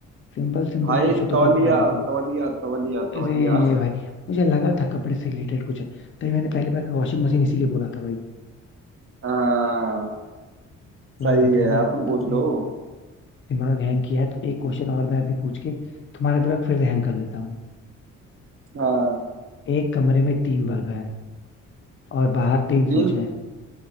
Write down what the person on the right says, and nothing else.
भाई
तौलिया
तौलिया तौलिया तौलिया
हाँ
सही
है
आप
तुम पूछ
लो
हाँ
तीन